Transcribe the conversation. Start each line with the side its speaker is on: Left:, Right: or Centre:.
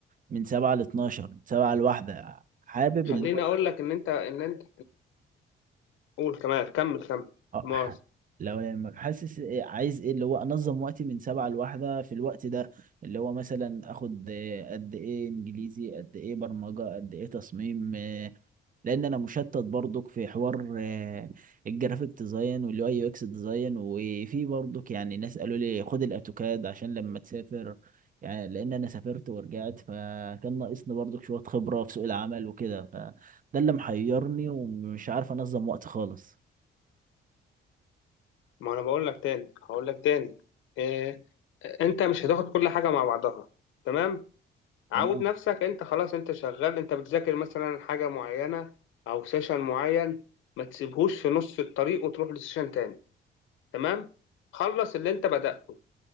Right: من سبعة لاتناشر من سبعة لواحدة حابب
Left: خليني
Right: اللي هو
Left: اقول لك ان انت ان انت قول كمان كمل كمل
Right: اه
Left: مؤاخذة
Right: ح- لو لما حاسس إيه عايز ايه اللي هو انظم وقتي من سبعة لواحدة في الوقت ده اللي هو مثلا اخد إيه قد ايه انجليزي قد ايه برمجة قد ايه تصميم لان انا مشتت برضك في حوار آه، الجرافيك ديزاين واليو اي يو اكس ديزاين وفي برضك يعني ناس قالوا لي خد الاوتوكاد عشان لما تسافر يعني لان انا سافرت ورجعت فكان ناقصني برضك شوية خبرة في سوق العمل وكده فده اللي محيرني ومش عارف انظم وقت خالص
Left: ما انا بقول لك تاني هقول لك تاني إيه انت مش هتاخد كل حاجة مع بعضها تمام عود
Right: تمام
Left: نفسك انت خلاص انت شغال انت بتذاكر مثلا حاجة معينة او سيشن معين ما تسيبهوش في نص الطريق وتروح لسيشن تاني تمام خلص اللي انت بدأته